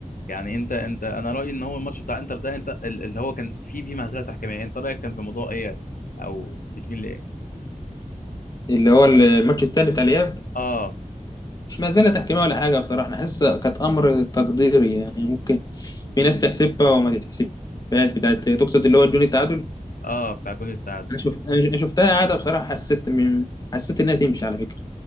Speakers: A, on the left; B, on the left.
A: يعني انت انت انا رأيي ان هو الماتش بتاع انتر ده انت ال- اللي هو كان فيه فيه مهزلة تحكيمية انت رأيك كان في موضوع ايه او بتميل لايه
B: اللي هو الماتش التاني بتاع الإياب
A: اه
B: مش مزالة تحكيمية ولا حاجة بصراحة أنا حاسس كانت أمر تقديري يعني ممكن في ناس تحسبها وما تتحسبهاش بتاعت تقصد اللي هو جون التعادل
A: اه بتاع الجون التعادل
B: أنا شوف أنا شفتها قاعدة بصراحة حسيت من حسيت إنها تمشي على فكرة